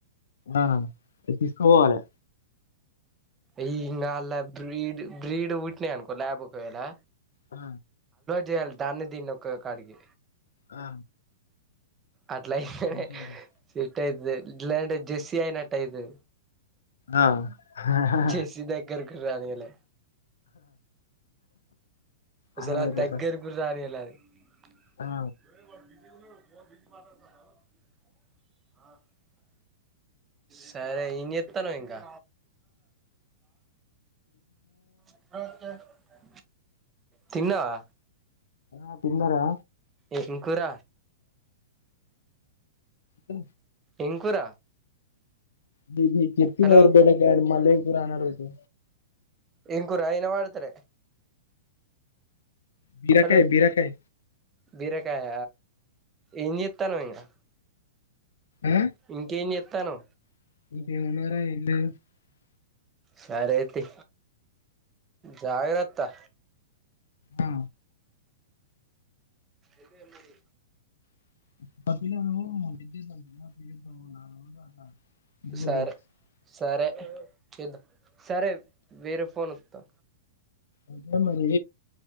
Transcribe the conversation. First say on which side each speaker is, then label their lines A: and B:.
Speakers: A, on the left (about 70°); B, on the right (about 20°).
A: ఆనా తీసు పోవాలి
B: ఇంగ అలా బ్రీడ్ బ్రీడ్ ఉట్న అనుకో బక్ వె ఎలా
A: ఆ
B: చేయాలి దాన్ని దీన్ని ఒక కాడికి
A: ఆ
B: అట్లయితే
A: మంచిగుంటది
B: సిట్ అయితుది ఇలాంటే జెస్సి అయినట్ట అయితు
A: ఆ
B: జేసీ దగ్గరకి రాని అల
A: అరవై
B: సరా
A: పర్సెంట్
B: దగ్గరకు రానియల <inaudible>
A: ఆ
B: సరే ఏంచేత్తన్నావ్ ఇంకా <unintelligible> తిన్నావా
A: ఆ తిన్నారా
B: ఏం కూర
A: అ
B: ఏం కూర
A: దది చెప్పరు
B: హలో
A: బెళగా మలకుర్ రాన్నారుతే
B: ఏం కూర అయిన వాడతార
A: బీరకాయ
B: హలో
A: బీరకాయ
B: బీరకాయ ఎంచెత్తన్నవ్ ఇంకా
A: ఆ
B: ఇంకేం చెస్తాను
A: <inaudible>
B: సరే అయితి జాగరత్తా
A: ఆ
B: ఇదే మరి
A: <inaudible> <inaudible>
B: సరే సరే చూద్దాం సరే వేరే ఫోన్ వత్తా
A: అదే మరి